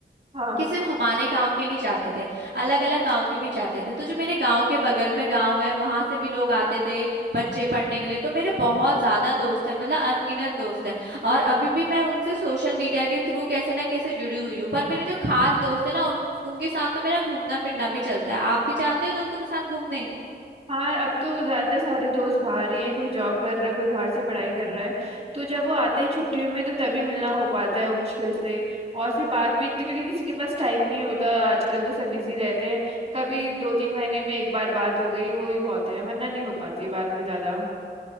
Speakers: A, on the right (about 35°); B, on the right (about 65°).
A: हाँ
B: कि सिर्फ हमारे गांव के नहीं जाते थे अलग अलग गांव के भी जाते थे तो जो मेरे गांव के बगल में गांव है वहां से भी लोग आते थे बच्चे पढ़ने के लिए तो मेरे बहुत ज्यादा दोस्त है मतलब अनगिनत दोस्त है और अभी भी मैं उनसे सोशल मीडिया के थ्रू कैसे ना कैसे जुड़ी हुई हूँ पर मेरे जो खास दोस्त है ना उन, उनके साथ तो मेरा घूमना फिरना भी चलता है आप भी जाते हो दोस्तों के साथ घूमने
A: हाँ अब तो ज्यादातर सारे दोस्त बाहर ही हैं कोई जॉब कर रहा है कोई बाहर से पढ़ाई कर रहा है तो जब वो आते हैं छुट्टियों में तो तभी मिलना हो पाता है वो मुश्किल से और फिर बात भी तो क्योंकि किसी के पास टाइम नहीं होता आजकल तो सब बिजी रहते हैं कभी दो तीन महीने में एक बार बात हो गई वो ही बहुत है वरना नहीं हो पाती है बात भी ज्यादा